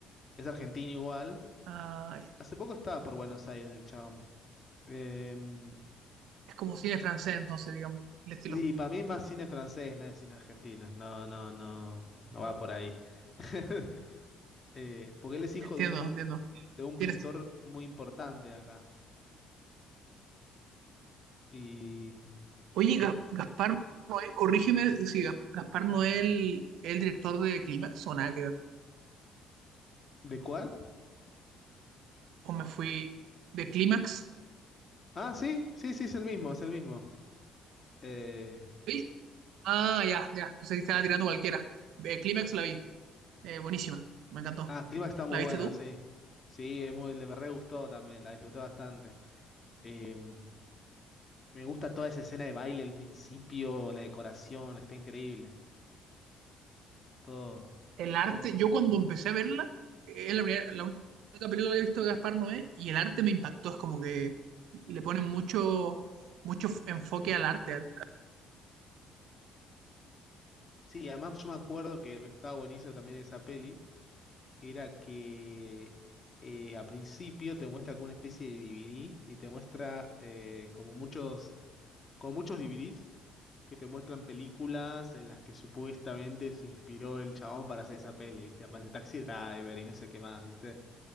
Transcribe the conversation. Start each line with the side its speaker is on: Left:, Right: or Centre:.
Left: Es argentino igual.
Right: Ah, ya.
Left: Hace poco estaba por Buenos Aires el chabón. Em,
Right: es como cine francés, entonces, digamos, el estilo.
Left: y para mí es más cine francés, no es cine argentino. No, no, no, no va por ahí. <laughs> Eh, porque él es hijo
Right: Entiendo,
Left: de un,
Right: entiendo.
Left: de un
Right: Tiene
Left: pintor
Right: sentido.
Left: muy importante de acá. Y,
Right: Oye,
Left: y-
Right: Ga- Gaspar Noé, corrígeme si Ga- Gaspar Noé el, el director de Clímax o nada que ver.
Left: ¿de cuál?
Right: O me fui de Clímax.
Left: Ah, sí, sí, sí, es el mismo, es el mismo. Eh,
Right: ¿Sí? Ah, ya, ya. Pensé que estaba tirando cualquiera. De Clímax la vi. Eh, buenísima. Me encantó.
Left: ah, Clima está muy
Right: ¿La viste
Left: buena,
Right: tú?
Left: sí. Sí, es muy, le me re gustó también, la disfruté bastante. Em, Me gusta toda esa escena de baile, el principio, la decoración, está increíble. Todo,
Right: El arte,
Left: todo muy
Right: yo
Left: bueno.
Right: cuando empecé a verla, es la, primera- la única película que he visto de Gaspar Noé y el arte me impactó. Es como que le ponen mucho, mucho f- enfoque al arte. al-
Left: Sí, además yo me acuerdo que lo que estaba buenísimo también de esa peli era que eh, al principio te muestra como una especie de DVD y te muestra eh, como muchos, como muchos DVDs que te muestran películas en las que supuestamente se inspiró el chabón para hacer esa peli, ¿viste? Aparece Taxi Driver y no sé qué más, ¿viste?